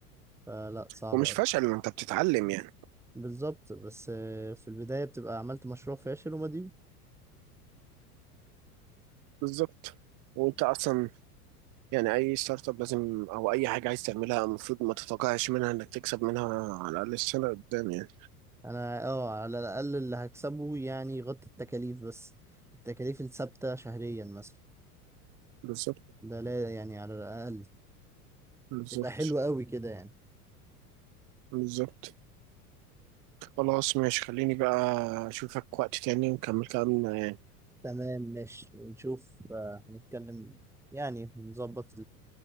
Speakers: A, in the centre; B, on the right.
A: فلا صعبة
B: ومش
A: أوي
B: فشل ما انت بتتعلم يعني
A: بالظبط بس آه، في البداية بتبقى عملت مشروع فاشل ومديون
B: بالظبط وانت اصلا يعني اي ستارت اب لازم او اي حاجه عايز تعملها المفروض ما تتوقعش منها انك تكسب منها على الاقل السنه قدام يعني
A: أنا اه على الأقل اللي هكسبه يعني يغطي التكاليف بس التكاليف الثابتة شهريا مثلا
B: بالظبط
A: ده لا يعني على الأقل
B: بالظبط
A: يبقى حلو قوي كده يعني
B: بالظبط خلاص ماشي خليني بقى اشوفك وقت تاني ونكمل كلامنا يعني
A: تمام ماشي نشوف آه، هنتكلم يعني نظبط